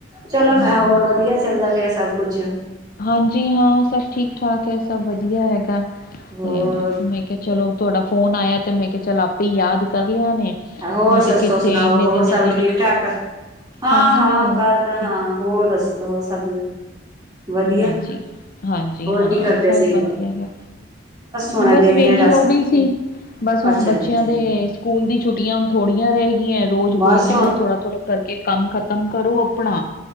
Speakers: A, on the right; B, on the left.
A: ਚਲੋ
B: ਹਮ
A: ਮੈਂ ਹੋਰ ਵਧੀਆ। ਚੱਲਦਾ ਪਿਆ ਸਭ ਕੁੱਛ
B: ਹਾਂਜੀ ਹਾਂ ਸਭ ਠੀਕ-ਠਾਕ ਹੈ ਸਭ ਵਧੀਆ ਹੈਗਾ
A: ਹੋਰ,
B: ਤੇ ਮੈਂ ਕ ਚਲੋ ਤੁਹਾਡਾ ਫੋਨ ਆਇਆ ਅਤੇ ਮੈਂ ਕਿਹਾ ਚੱਲ ਆਪੇ ਯਾਦ ਕਰ ਲਿਆ ਨੇ,
A: ਹੋਰ
B: ਨਹੀਂ
A: ਸੱਸੋ
B: ਤੇ ਕਿੱਥੇ
A: ਸੁਣਾਓ
B: ਇੰਨੇ
A: ਹੋਰ
B: ਦਿਨੇ
A: ਸਭ
B: ਦਿਨ
A: ਠੀਕ-ਠਾਕ ਹਾਂ,
B: ਹਾਂਜੀ
A: ਹਾਂ ਗੱਲ
B: ਸਭ
A: ਤਾਂ
B: ਠੀਕ
A: ਹਾਂ ਹੋਰ ਦੱਸ ਹੋਰ ਸਭ ਵਧੀਆ।
B: ਹਾਂਜੀ-ਹਾਂਜੀ
A: ਹੋਰ
B: ਹਾਂ
A: ਕੀ ਕਰਦੇ
B: ਸਭ
A: ਸੀ?
B: ਵਧੀਆ ਹੈ
A: ਹੁਣੇ
B: ਬਸ
A: ਦੇਖਦੇ
B: ਵਿਹਲੀ
A: ਆ ਦੱਸ
B: ਹੋ ਗਈ ਸੀ। ਬਸ ਹੁਣ
A: ਅੱਛਾ
B: ਬੱਚਿਆਂ
A: ਜੀ ਅੱਛਾ
B: ਦੇ,
A: ਜੀ
B: ਸਕੂਲ ਦੀ ਛੁੱਟੀਆਂ ਥੋੜੀਆਂ ਰਹਿ ਗਈਆਂ ਏ, ਰੋਜ਼
A: ਬਸ
B: ਬੋਲਦੀਆਂ
A: ਹੁਣ
B: ਥੋੜ੍ਹਾ-ਥੋੜ੍ਹਾ ਕਰਕੇ ਕੰਮ ਖ਼ਤਮ ਕਰੋ। ਆਪਣਾ